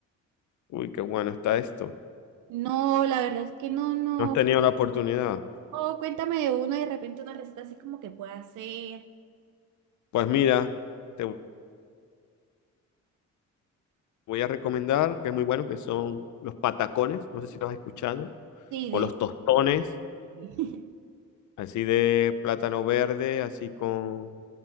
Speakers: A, on the left (about 70°); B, on the right (about 80°).
A: uy, qué bueno está esto?
B: No, la verdad es que no, no.
A: ¿No has tenido la oportunidad?
B: O cuéntame de uno y de repente una receta así como que pueda hacer.
A: Pues mira, te voy a recomendar, que es muy bueno, que son los patacones, no sé si los has escuchado,
B: Sí,
A: o
B: del...
A: los tostones,
B: <laughs>
A: así de plátano verde, así con,